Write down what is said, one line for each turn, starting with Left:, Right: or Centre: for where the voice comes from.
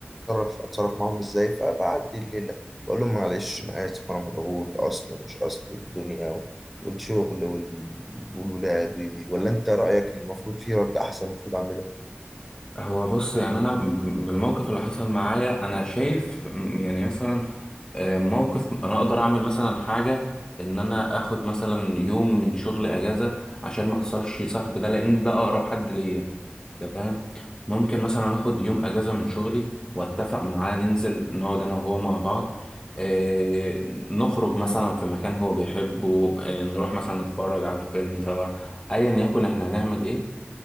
Centre: أتصرف أتصرف معاهم إزاي فبعدي الليلة بقول لهم معلش أنا آسف أنا مضغوط أصله ومش أصله والدنيا و- والشغل وال- والولاد وي- وي. ولا أنت رأيك اللي المفروض فيه رد أحسن المفروض أعمله
Left: هو بص يعني انا ب- بالموقف اللي حصل معايا انا شايف م- يعني مثلا آه، موقف انا اقدر اعمل مثلا حاجه ان انا اخد مثلا يوم من شغل اجازه عشان ما اخسرش صاحبي ده لان ده اقرب حد ليا انت فاهم ممكن مثلا اخد يوم اجازه من شغلي واتفق معاه ننزل نقعد انا وهو مع بعض آه، نخرج مثلا في مكان هو بيحبه آه، نروح مثلا نتفرج على فيلم سوا ايا يكن احنا هنعمل ايه